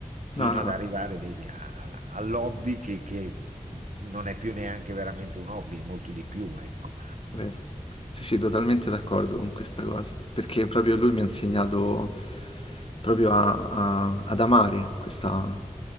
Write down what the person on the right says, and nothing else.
fino
ad arrivare, vedi, a- a- all'hobby che, che non è più neanche veramente un hobby, è molto di più, ecco.